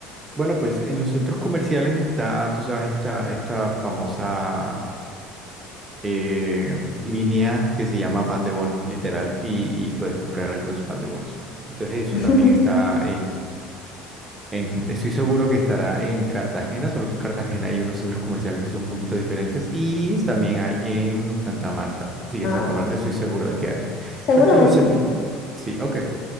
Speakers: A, on the right; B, on the left.
A: bueno, pues en los centros comerciales está, tú sabes, esta, esta famosa eh, línea que se llama pan de bonos, literal, y, y puedes comprar algunos pan de bonos. Entonces eso
B: <laughs>
A: también está en- estoy seguro que estará en Cartagena, solo que en Cartagena hay unos centros comerciales que son un poquito diferentes y también hay en Santa Marta. Sí,
B: Ah,
A: en Santa Marta estoy seguro de que hay.
B: seguramente.
A: Pero este es que los centros... Sí, ok.